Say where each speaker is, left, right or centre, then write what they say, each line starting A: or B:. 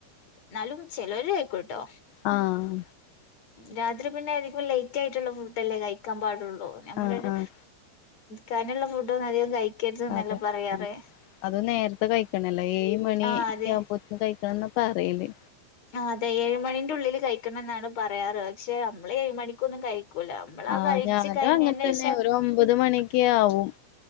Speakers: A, on the left; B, on the left.
A: എന്നാലും ചിലര് കഴിക്കൂട്ടോ
B: ആഹ്
A: രാത്രി പിന്നെ ആയിരിക്കും ലേറ്റ് ആയിട്ടുള്ള ഫുഡ് അല്ലേ കഴിക്കാൻ പാടുള്ളൂ നമ്മളൊരു
B: ആഹ് ആഹ്
A: കനംഉള്ള ഫുഡ് ഒന്നും അധികം കഴിക്കരുത് നല്ല
B: അതെ
A: പറയാറ്
B: ഉം അത് നേരത്തെ കഴിക്കണല്ലോ ഏഴ് മണി
A: ആഹ് അതെ
B: ആകുമ്പോത്ത്ന് കഴിക്കണം എന്നാ പറയില്
A: ആ അതെ ഏഴുമണിന്റെ ഉള്ളിൽ കഴിക്കണം എന്നാണ് പറയാറ് പക്ഷെ നമ്മള് ഏഴ് മണിക്കൊന്നും കഴിക്കൂല നമ്മളാ
B: ആഹ്
A: കഴിച്ചു
B: ഞാനും
A: കഴിഞ്ഞന്റെ
B: അങ്ങനെ തന്നെ
A: ശേഷം
B: ഒരു ഒമ്പത് മണിയൊക്കെ ആവും